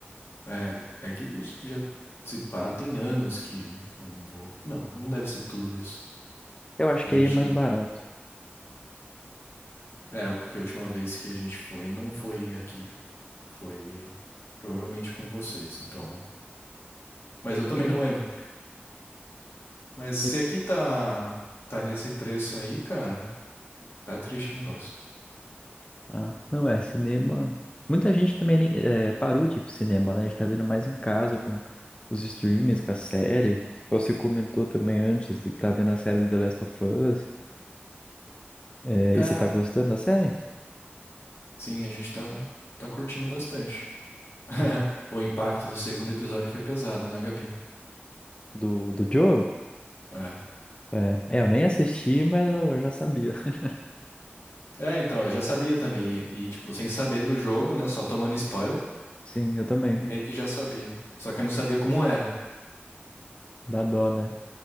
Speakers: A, on the left; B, on the left.
A: é, é que já se pá, tem anos que eu não vou. Não, não deve ser tudo isso.
B: Eu acho
A: A
B: que
A: gente.
B: aí é mais barato.
A: É, porque a última vez que a gente foi, não foi aqui. Foi provavelmente com vocês, então. Mas eu também não lembro. Mas se
B: Eu-
A: aqui tá, tá nesse preço aí, cara, tá triste o negócio.
B: Ah, não é, cinema... Muita gente também nem- é, parou de ir pro cinema, né? A gente tá vendo mais em casa com os streamings, com a série. Você comentou também antes de que tá vendo a série do The Last of Us. É,
A: É,
B: e você tá gostando da série?
A: sim, a gente tá, tá curtindo bastante. <laughs> O impacto do segundo episódio foi pesado, na Gabi?
B: Do, do Joel?
A: É.
B: É, é, eu nem assisti, mas eu já sabia. <laughs>
A: É, então, eu já sabia também. E, e, tipo, sem saber do jogo, né? Só tomando spoiler,
B: Sim, eu também.
A: meio que já sabia. Só que eu não sabia como era.
B: Dá dó, né?